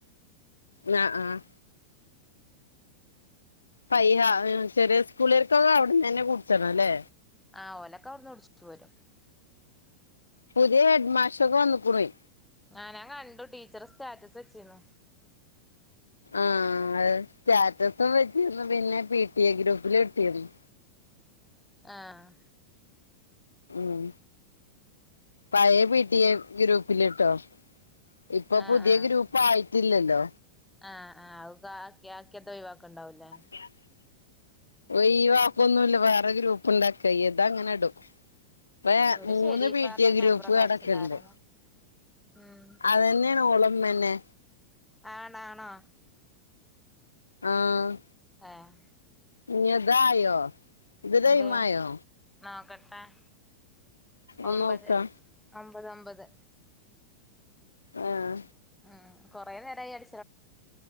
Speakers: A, on the left (about 75°); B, in the centre.
A: ആഹ് ആഹ് പയ്യാ ചെറിയ സ്കൂളിലൾക്കൊക്കെ അവിടന്നന്നെ കുടിച്ചണം അല്ലേ
B: ആഹ് ഓലൊക്കെ അവിടുന്ന് കുടിച്ചിട്ട് പോരും
A: പുതിയ ഹെഡ് മാഷ് ഒക്കെ വന്നിക്കുണേ
B: ആഹ് ഞാൻ കണ്ടു ടീച്ചർ സ്റ്റാറ്റസ് വെച്ചിരുന്നു
A: ആഹ് സ്റ്റാറ്റസും വച്ചിരുന്നു പിന്നെ പി ടി എ ഗ്രൂപ്പിൽ ഇട്ടിരുന്നു
B: ആഹ്
A: ഉം പയേ പി റ്റി എ ഗ്രൂപ്പിലിട്ടോ ഇപ്പൊ
B: ആഹ്
A: പുതിയ
B: ആഹ്
A: ഗ്രൂപ്പ് ആയിട്ടില്ലല്ലോ
B: ആഹ് ആഹ് ആക്കി ആക്കിയട്ട് ഒയിവാക്കണ്ടാവൂലേ
A: <unintelligible> ഓയ്യോ അവക്കൊന്നും ഇല്ല വേറെ ഗ്രൂപ്പ് ഇണ്ടാക്ക ഇതാ അങ്ങനെ ഇടും ഇപ്പൊ
B: ഒരു
A: മൂന്ന്
B: ഷെരീഫാറിന്റെ
A: പി ടി എ ഗ്രൂപ്പ്
B: നമ്പറൊക്കെ
A: കിടക്ക്ണ്ട്
B: അയച്ചിണ്ടാരാ ഉം
A: അതന്നേണ് ഓളമ്മന്നെ
B: ആണാ ആണോ
A: ആഹ്
B: ഏഹ്
A: ഇനി ഇതായോ ഇത് ടൈമായോ
B: എന്ത് നോക്കട്ടെ
A: ഒന്ന്
B: ഒമ്പത്
A: നോക്കാ
B: ഒമ്പത് ഒമ്പത്
A: ആഹ്
B: ഉം കൊറേ നേരായി അടി